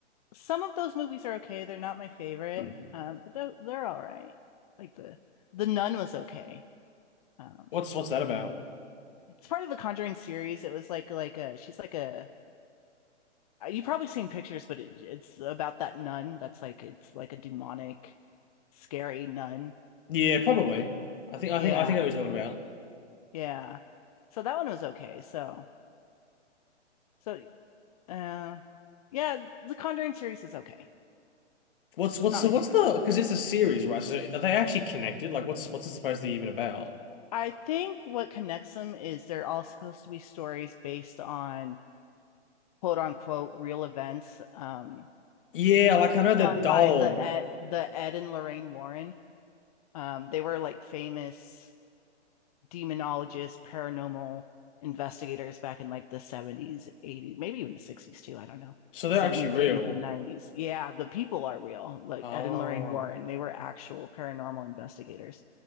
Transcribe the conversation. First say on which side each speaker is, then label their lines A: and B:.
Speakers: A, on the left; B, on the left.
A: some of those movies are okay. They're not my favorite.
B: <clears throat>
A: Um, but they're they're all right. Like the the Nun was okay. Um,
B: What's what's that about?
A: it's part of the Conjuring series. It was like like a she's like a you've probably seen pictures, but it, it's about that nun that's like it's like a demonic, scary nun.
B: Yeah, probably. I think I
A: Yeah,
B: think I think I know what you're talking about.
A: yeah. So that one was okay. So so uh yeah, the Conjuring series is okay.
B: What's
A: It's
B: what's
A: not
B: the
A: my
B: what's
A: favorite,
B: the
A: but it's
B: because
A: okay.
B: it's a series, right? So are they actually connected? Like, what's what's it supposed to be even about?
A: I think what connects them is they're all supposed to be stories based on quote unquote real events um
B: Yeah, like I know the
A: done
B: doll,
A: by the Ed, the Ed and Lorraine Warren. Um, they were like famous demonologists, paranormal investigators back in like the 70s, 80s, maybe even the 60s too. I don't know.
B: so they're
A: The 70s,
B: actually real.
A: 80s, and 90s. Yeah, the people are real. Like
B: Oh,
A: Ed and Lorraine Warren, they were actual paranormal investigators.